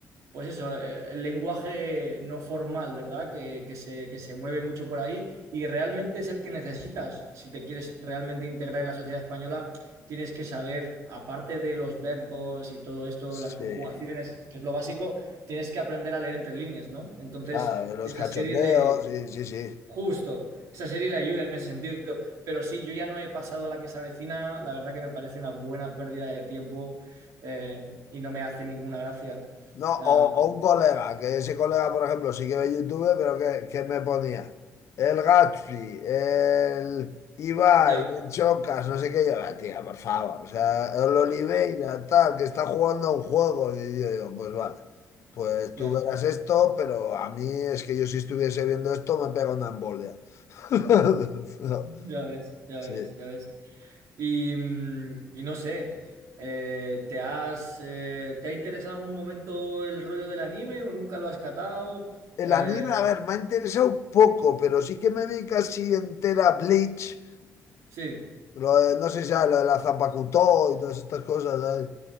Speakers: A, on the right; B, on the left.
A: pues eso, eh, el lenguaje no formal, ¿verdad? Que, que se, que se mueve mucho por ahí y realmente es el que necesitas. Si te quieres realmente integrar en la sociedad española, tienes que saber, aparte de los verbos y todo esto,
B: sí,
A: las conjugaciones, que es lo básico, tienes que aprender a leer entre líneas, ¿no? Entonces,
B: claro, los
A: esa
B: cachondeos,
A: serie le...
B: sí, sí, sí.
A: Justo, esa serie le ayuda en ese sentido. Pero sí, yo ya no he pasado a la que se avecina, la verdad que me parece una buena pérdida de tiempo eh, y no me hace ninguna gracia.
B: No,
A: Ah,
B: o, o un colega, que ese colega, por ejemplo, sí que ve YouTube, pero que, que me ponía el Gatsby, el Ibai,
A: Ya,
B: el Chocas, no sé qué, yo, "Ah, tía, por favor, o sea, el Oliveira, tal, que está jugando a un juego, y yo digo, pues vale, pues tú
A: ya,
B: verás esto, pero a mí es que yo si estuviese viendo esto me pega una embolia. <laughs> No,
A: ya ves, ya
B: sí.
A: ves, ya ves. Y, mm, y no sé, eh, ¿te has, eh, ¿te ha interesado en algún momento el rollo del anime o nunca lo has catado?
B: El
A: Eh,
B: anime, a ver, me ha interesado un poco, pero sí que me vi casi entera Bleach.
A: sí,
B: Lo de- no sé si sabes, lo de la Zapacutó y todas estas cosas, ¿sabes?